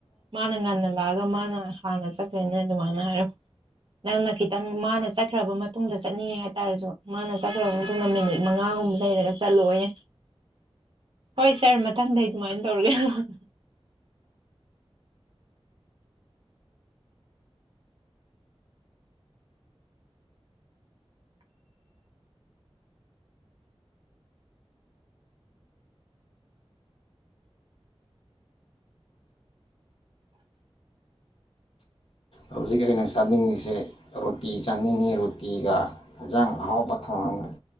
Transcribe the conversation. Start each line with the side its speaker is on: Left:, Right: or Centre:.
Right: ꯃꯥꯅ ꯉꯟꯅ ꯂꯥꯛꯑꯒ ꯃꯥꯅ ꯍꯥꯟꯅ ꯆꯠꯈ꯭ꯔꯦꯅꯦ ꯑꯗꯨꯃꯥꯏꯅ ꯍꯥꯏꯔ ꯅꯪꯅ ꯈꯤꯇꯪ ꯃꯥꯅ ꯆꯠꯈ꯭ꯔꯕ ꯃꯇꯨꯡꯗ ꯆꯠꯅꯤꯡꯉꯦ ꯍꯥꯏꯇꯥꯔꯁꯨ ꯃꯥꯅ ꯆꯠꯈ꯭ꯔꯕ ꯃꯇꯨꯡꯅ ꯃꯤꯅꯤꯠ ꯃꯉꯥꯒꯨꯝꯕ ꯂꯩꯔꯒ ꯆꯠꯂꯣꯑꯣꯅꯦ ꯍꯣꯏꯔ ꯃꯊꯪꯗ ꯁꯨꯃꯥꯏꯅ ꯇꯧꯔꯒꯦ
Left: ꯍꯧꯖꯤꯛ ꯑꯩꯅ ꯆꯥꯅꯤꯡꯉꯤꯁꯦ ꯔꯣꯇꯤ ꯆꯥꯅꯤꯡꯉꯤ ꯔꯣꯇꯤꯒ ꯌꯦꯟꯖꯥꯡ ꯑꯍꯥꯎꯕ ꯊꯣꯡꯦ ꯑ